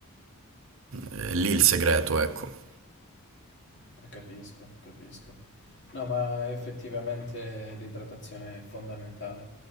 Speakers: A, on the right (about 60°); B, on the left (about 55°).
A: è lì il segreto, ecco.
B: Eh, Capisco, capisco. No, ma effettivamente l'idratazione è fondamentale.